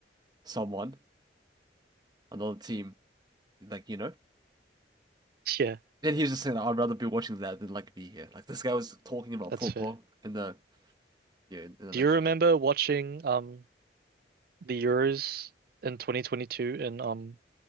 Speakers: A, on the right (about 20°); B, on the right (about 50°).
A: someone, another team, like you know."
B: Yeah,
A: Then he was just saying, "I'd rather be watching that than like be here." Like this guy was talking about
B: that's
A: football
B: fair.
A: in the yeah in, in the
B: Do
A: lecture.
B: you remember watching um the Euros in 2022 in um